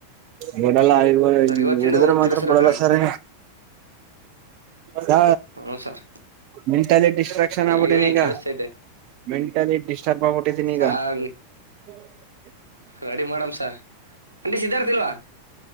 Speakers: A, on the right; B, on the right.
A: ಮೂರ ಇವೆಲ್ಲ ಇವ
B: ಸರ್ ಇವತ್ತಿಂದ
A: ಹಿಡಿದ್ರ
B: ಓದ್ತಿರ
A: ಮಾತ್ರ ಬಿಡಲ್ಲ
B: ಹಾಗಾರೆ
A: ಸರ್ ಹ
B: ಹ್ಮ ಸರ್
A: ಮೆಂಟಲಿ ಡಿಸ್ಟ್ರಾಕ್ಷನ್
B: ಹೇಳಿ
A: ಆಗ್ಬಿಟ್ಟೀನಿ
B: ಹೇಳಿ
A: ಈಗ
B: ಕೇಳಿಸ್ತೈತೆ
A: ಮೆಂಟಲಿ ಡಿಸ್ಟರ್ಬ್ ಆಗ್ಬಿಟ್ಟತಿನಿ
B: ಸಾರ್
A: ಈಗ <unintelligible>
B: ರೆಡಿ ಮಾಡಮ್ಸ ಆಂಟಿ ಸಿದ್ಧಾರ್ಥ ಇಲ್ವಾ